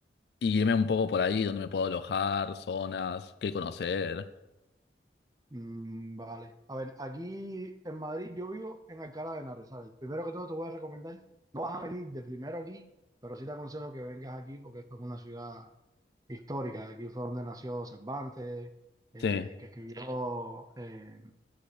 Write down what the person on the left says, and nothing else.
y guíeme un poco por ahí, donde me puedo alojar, zonas, qué conocer.
Sí,